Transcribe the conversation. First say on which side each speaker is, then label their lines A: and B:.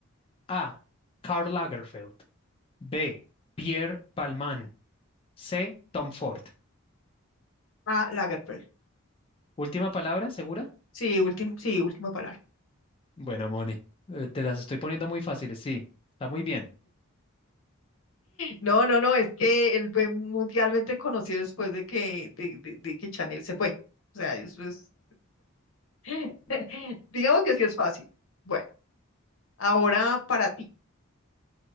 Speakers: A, on the left; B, on the left.
A: A. Karl Lagerfeld. B. Pierre Palman. C. Tom Ford.
B: A Lagerfeld.
A: Última palabra, ¿segura?
B: Sí, último, sí, última palabra.
A: Bueno, Moni, eh, te las estoy poniendo muy fáciles, sí. Está muy bien.
B: No, no, no, es que él fue mundialmente conocido después de que, de, de- de que Chanel se fue. O sea, eso es, <laughs> digamos que sí es fácil. Bueno, ahora para ti.